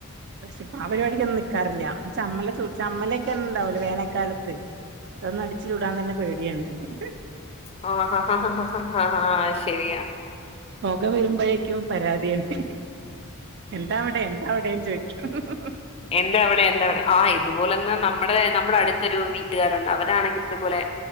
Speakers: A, on the right; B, on the left.
A: പക്ഷെ ആഹ് പരിപാടിക്കൊന്നും നിക്കാറില്ല. ചമ്മല ച ചമ്മലൊക്കെ ഒന്നെണ്ടാവല വേനൽക്കാലത്ത് അതൊന്ന് അടിച്ചു ചൂടാൻ തന്നെ പേടിയാണ്
B: ഓ അഹ് ശരിയാ
A: പുക വരുമ്പോഴേക്കും പരാതിയാണ് എന്താവിടെ എന്താവിടെന്ന് ചോദിക്ക <unintelligible>
B: എന്താ അവിടെ എന്താവിടെ ആഹ് ഇതുപോലെന്നെ നമ്മ ടെ നമ്മുടെ അടുത്തൊരു വീട്ടുകാരുണ്ട് അവരാണെങ്കിൽ ഇതുപോലെ